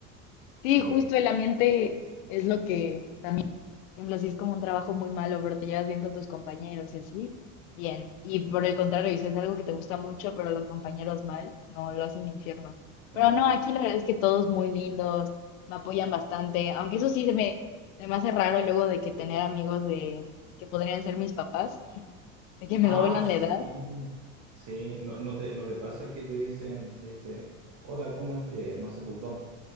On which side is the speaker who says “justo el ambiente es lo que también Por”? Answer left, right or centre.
Left